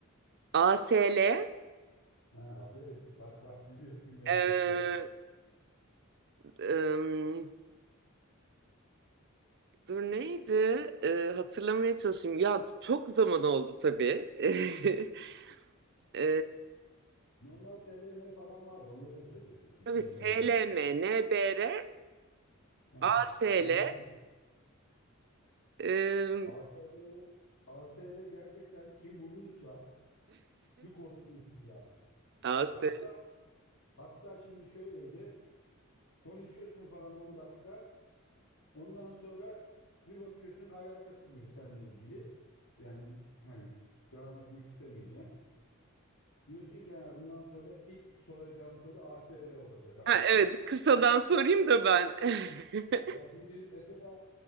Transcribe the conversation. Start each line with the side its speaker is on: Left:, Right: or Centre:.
Right: ASL
Left: Ha, aferin. Bak bak gidiyorsun gerçekten.
Right: e, Em, dur neydi? E, hatırlamaya çalışayım. Ya çok zaman oldu tabii. <laughs> E,
Left: Normal SLM falan vardı. Onları da söyleyebilirsin.
Right: tabii
Left: SLM.
Right: SLM, NBR,
Left: Ha.
Right: ASL.
Left: Onlar sık.
Right: em,
Left: ASL, ASL gerçekten kim bulmuşsa cuk oturmuştu yani.
Right: AS.
Left: Hatta
Right: <laughs>
Left: hatta şimdi şöyleydi. Konuşuyorsun falan 10 dakika. Ondan sonra bir bakıyorsun alakasız biri seninle ilgili. Yani hani devam etmek istemeyeceksin. Diyorsun ki ya bundan sonra ilk soracağım soru A S L olacak abi.
Right: Ha, evet kısadan sorayım da ben. <laughs>
Left: Ya şimdi mesela